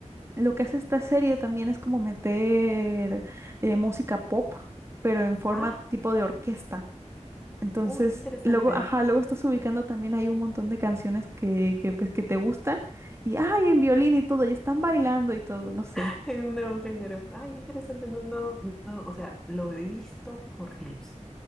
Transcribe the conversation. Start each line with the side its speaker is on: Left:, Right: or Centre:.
Right: lo que hace esta serie también es como meter eh, música pop, pero en forma
Centre: Ah,
Right: tipo de orquesta. Entonces,
Centre: uy, qué interesante.
Right: luego, ajá, luego estás ubicando también hay un montón de canciones que, que, pues, que te gustan y, ay, en violín y todo, y están bailando y todo, no sé.
Centre: <laughs> En Un nuevo género. Ay, qué interesante. No, no, no. O sea, lo he visto por clips